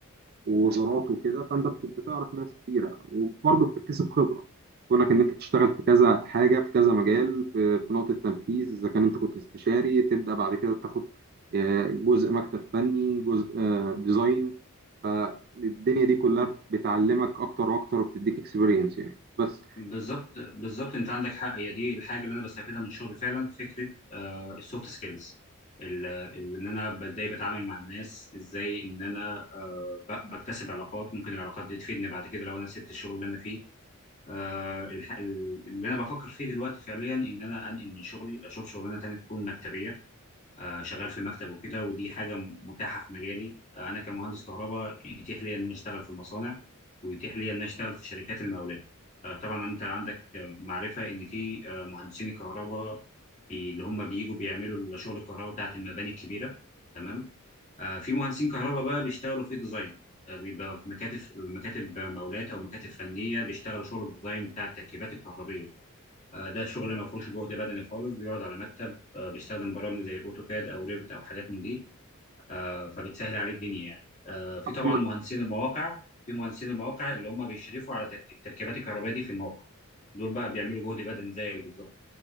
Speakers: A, on the right; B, on the left.
A: ووزارات وكده فانت بت- بتعرف ناس كبيره وبرضه بتكتسب خبره كونك ان انت تشتغل في كذا حاجه في كذا مجال في, في نقطه تنفيذ اذا كان انت كنت استشاري تبدا بعد كده تاخد آه، جزء مكتب فني جزء آه، ديزاين فالدنيا دي كلها بتعلمك اكتر واكتر وبتديك اكسبيرينس يعني بس
B: بالظبط بالظبط أنت عندك حق هي دي الحاجة اللي أنا بستفيدها من شغلي فعلا فكرة آه السوفت سكيلز إن أنا ب- إزاي بتعامل مع الناس إزاي إن أنا آه ب- بكتسب علاقات ممكن العلاقات دي تفيدني بعد كده لو أنا سبت الشغل اللي أنا فيه آه الح- اللي أنا بفكر فيه دلوقتي فعليا إن أنا أنقل من شغلي أشوف شغلانة تانية تكون مكتبية آه، شغال في المكتب وكده ودي حاجه م- متاحه في مجالي آه، انا كمهندس كهرباء يتيح لي ان انا اشتغل في المصانع ويتيح لي ان انا اشتغل في شركات المقاولات آه، طبعا انت عندك آه، معرفه ان في آه، مهندسين الكهرباء بي- اللي هم بييجوا بيعملوا شغل الكهرباء بتاعت المباني الكبيره تمام آه، في مهندسين كهرباء بقى بيشتغلوا في ديزاين آه، بيبقى في مكاتب مكاتب مقاولات او مكاتب فنيه بيشتغلوا شغل الديزاين بتاع التركيبات الكهربيه آه، ده شغل ما فيهوش جهد بدني خالص بيقعد على مكتب آه، بيستخدم برامج زي الاوتوكاد او ريفت او حاجات من دي آه، فبتسهل عليه الدنيا يعني آه، في طبعا
A: أنا
B: مهندسين المواقع في مهندسين المواقع اللي هم بيشرفوا على تر- التركيبات الكهربائيه دي في الموقع دول بقى بيعملوا جهد بدني زيك بالظبط